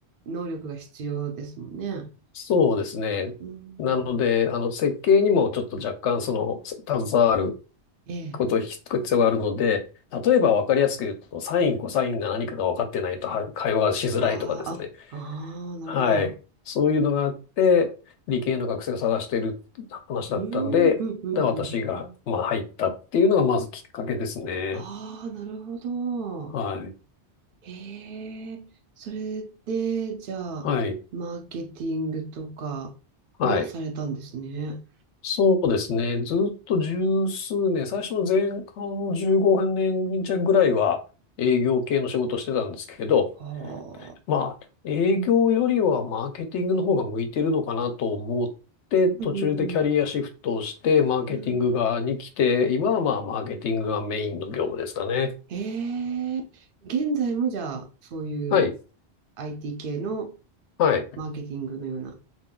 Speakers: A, on the right (about 60°); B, on the left (about 80°).
A: 能力が必要ですもんね。
B: そうですね。
A: うん、
B: なので、あの、設計にもちょっと若干その、携わる
A: ええ。
B: こと必要があるので、例えば分かりやすく言うと、サイン、コサインが何かが分かってないとは会話がしづらいとかですね。
A: ああ、あ、ああ、なるほど。
B: はい。そういうのがあって、理系の学生を探している話だったので、
A: うーん、うん、うん、
B: で、私が、
A: うん。
B: まあ、入ったっていうのがまずきっかけですね。
A: ああ、なるほど。
B: はい。
A: へえ、それで、じゃあ、
B: はい。
A: マーケティングとかもされたんですね。
B: はい。そうですね。ずっと十数年、最初の前半の15年弱ぐらいは営業系の仕事をしてたんですけど、
A: はあ。
B: まあ、営業よりはマーケティングの方が向いてるのかなと思って、途中でキャリアシフトをして、
A: うん、うん、
B: マーケティング側に来て、
A: うん。うん
B: 今はまあ、マーケティングがメインの業務ですかね。
A: へえ、現在もじゃあ、そういう
B: はい。
A: IT 系の
B: はい。
A: マーケティングのような